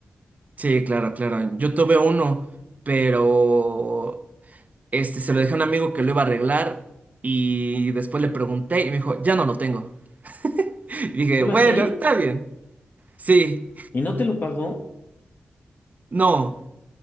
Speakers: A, on the right (about 40°); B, on the left (about 50°).
A: sí, claro, claro. Yo tuve uno, pero este se lo dejé a un amigo que lo iba a arreglar. Y después le pregunté y me dijo, ya no lo tengo. <laughs> Y dije,
B: ¿Solo
A: bueno,
B: así?
A: está bien. Sí,
B: ¿Y no te lo pagó?
A: no,